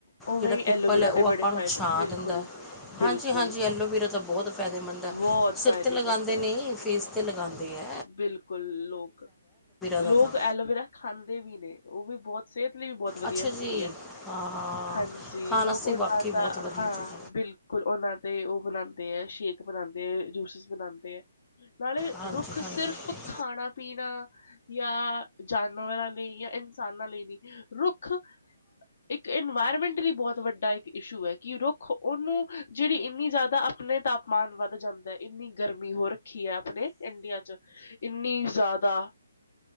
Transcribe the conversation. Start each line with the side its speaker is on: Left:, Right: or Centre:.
Left: ਉਵੇਂ
Centre: ਜਿਹੜਾ
Left: ਹੀ
Centre: ਪਿੱਪਲ
Left: ਐਲੋਵੇਰਾ
Centre: ਹੈ, ਉਹ
Left: ਦੇ
Centre: ਆਪਾਂ
Left: ਬੜੇ
Centre: ਨੂੰ
Left: ਫਾਇਦੇ
Centre: ਛਾਂ
Left: ਬਿਲਕੁਲ,
Centre: ਦਿੰਦਾ ਹੈ, ਹਾਂਜੀ-
Left: ਬਿਲਕੁਲ
Centre: ਹਾਂਜੀ ਐਲੋਵਿਰਾ ਤਾਂ ਬਹੁਤ ਫਾਇਦੇਮੰਦ ਹੈ,
Left: ਬਹੁਤ ਫਾਇਦੇਮੰਦ
Centre: ਸਿਰ ਤੇ ਲਗਾਉਂਦੇ ਨੇ,
Left: ਐ।
Centre: ਫੇਸ ਤੇ ਲਗਾਉਂਦੇ ਆ।
Left: ਬਿਲਕੁਲ, ਲੋਕ, ਲੋਕ
Centre: ਦਾ ਤਾਂ
Left: ਐਲੋਵੇਰਾ ਖਾਂਦੇ ਵੀ ਨੇ। ਉਹ ਵੀ ਬਹੁਤ, ਸਿਹਤ ਲਈ ਵੀ ਬਹੁਤ ਵਧੀਆ
Centre: ਅੱਛਾ
Left: ਹੁੰਦੀ
Centre: ਜੀ
Left: ਹੈ।
Centre: ਹਾਂ ਹਾਂ
Left: ਹਾਂਜੀ,
Centre: ਖਾਣ
Left: ਲੋਕ
Centre: ਵਾਸਤੇ
Left: ਉਹਨਾਂ
Centre: ਵਾਕਈ
Left: ਦਾ,
Centre: ਬਹੁਤ ਵਧੀਆ
Left: ਹਾਂ।
Centre: ਚੀਜ਼
Left: ਬਿਲ ਕੁ ਉਹਨਾਂ ਦੇ ਉਹ ਬਣਾਉਂਦੇ ਹੈ। ਸ਼ੇਕ ਬਣਾਉਂਦੇ ਹੈ, ਜੂਸਸ ਬਣਾਉਂਦੇ ਹੈ। ਨਾਲੇ
Centre: ਹਾਂਜੀ
Left: ਰੁੱਖ,
Centre: ਹਾਂਜੀ
Left: ਸਿਰਫ ਖਾਣਾ- ਪੀਣਾ ਜਾਂ ਜਾਨਵਰਾਂ ਲਈ, ਜਾਂ ਇਨਸਾਨਾਂ ਲਈ ਨਹੀਂ। ਰੁੱਖ, ਇੱਕ ਇਨਵਾਇਰਮੈਂਟ ਲਈ ਬਹੁਤ ਵੱਡਾ ਇੱਕ ਇਸ਼ੂ ਹੈ। ਕਿ ਰੁੱਖ ਖ, ਉਹਨੂੰ ਜਿਹੜੀ ਇੰਨੀ ਜ਼ਿਆਦਾ, ਆਪਣੇ ਤਾਪਮਾਨ ਵੱਧ ਜਾਂਦਾ, ਇੰਨੀ ਗਰਮੀ ਹੋ ਰੱਖੀ ਹੈ, ਆਪਣੇ ਇੰਡੀਆ ਚ, ਇੰਨੀ ਜ਼ਿਆਦਾ